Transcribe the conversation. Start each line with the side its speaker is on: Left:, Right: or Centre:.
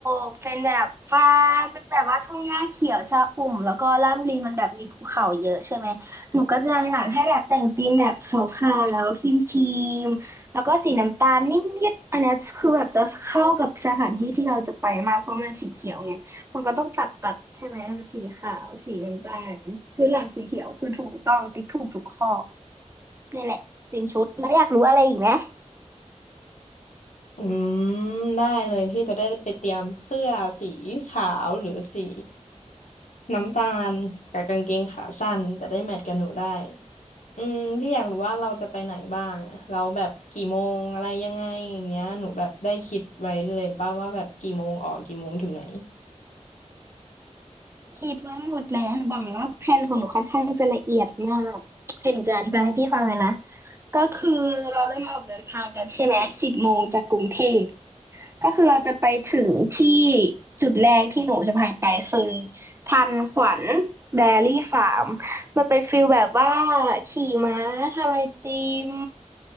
Right: กเป็นแบบฟาร์มเป็นแบบว่าทุ่งหญ้าเขียวชอุ่มแล้วก็ราชบุรีมันแบบมีภูเขาเยอะใช่ไหมหนูก็จะอยากให้แบบแต่งธีมแบบขาวๆแล้วครีมๆแล้วก็สีน้ำตาลนิดๆอันเนี้ยคือแบบจะเข้ากับสถานที่ที่เราจะไปมากเพราะมันสีเขียวไงมันก็ต้องตัดตัดใช่ไหมสีขาวสีน้ำตาลคือหลังสีเขียวคือถูกต้องติ๊กถูกทุกข้อ นี่แหละเตรียมชุดแล้วอยากรู้อะไรอีกไหม
Left: อืมได้เลยพี่จะได้ไปเตรียมเสื้อสีขาวหรือสีน้ำตาลกับกางเกงขาสั้นจะได้แมทกับหนูได้อืมพี่อยากรู้ว่าเราจะไปไหนบ้างอะเราแบบกี่โมงอะไรยังไงอย่างเงี้ยหนูแบบได้คิดไว้เลยป่ะว่าแบบกี่โมงออกกี่โมงถึงไหน
Right: คิดว่าหมดแล้วหนูบอกเลยว่าแผนของหนูค่อนข้างจะละเอียดมากเดี๋ยวหนูจะอธิบายให้พี่ฟังเลยนะก็คือเราเริ่มออกเดินทางกันใช่ไหมสิบโมงจากกรุงเทพก็คือเราจะไปถึงที่จุดแรกที่หนูจะพาไปคือทันขวัญไดอารี่ฟาร์มมันเป็นฟิลแบบว่าขี่ม้าทำไอติม